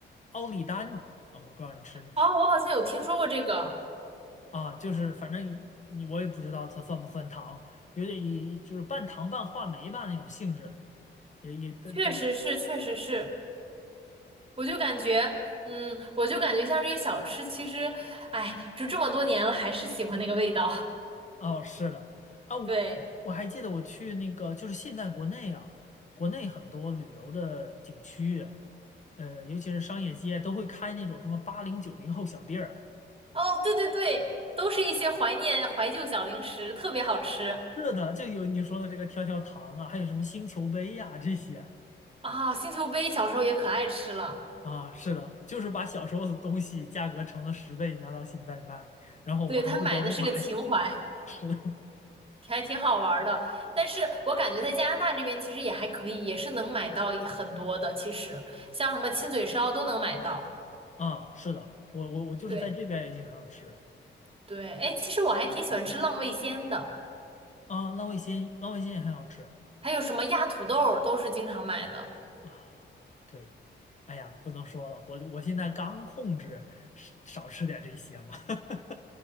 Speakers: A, on the left; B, on the right.
A: 奥利丹啊，我不知道你吃没吃
B: 哦，我好像有听说过这个，
A: 啊，就是反正一你我也不知道它算不算糖，有点一就是半糖半话梅吧那种性质的，也也但但
B: 确实是，确实是，我就感觉，嗯，我就感觉像这些小吃，其实，哎，就这么多年了，还是喜欢那个味道。
A: 哦是的啊，
B: <laughs>
A: 我我还记得我去那个就是现在国内啊，
B: 对。
A: 国内很多旅游的景区，呃，尤其是商业街都会开那种什么八零九零后小店儿啊。
B: 哦，对对对，都是一些怀念怀旧小零食，特别好吃
A: 是的，就有你说的这个跳跳糖啊，还有什么星球杯呀、这些
B: 啊！星球杯小时候也可爱吃了，
A: 啊，是的，就是把小时候的东西价格乘了十倍拿到现在卖，然后我还不得不买。
B: 对，他买的是个情怀，
A: <laughs> 是的，
B: 还挺好玩儿的。但是我感觉在加拿大这边其实也还可以，也是能买到一很多的，其实像什么亲嘴烧都能买到。
A: <laughs> 啊，是的，我我我就是在这边也经常吃
B: 对对，哎，其实我还挺喜欢吃浪味仙的，
A: 啊，浪味仙浪味仙也很好吃
B: 还有什么压土豆儿都是经常买的。
A: 啊。对，哎呀，不能说了，我我现在刚控制少少吃点这些嘛。<laughs>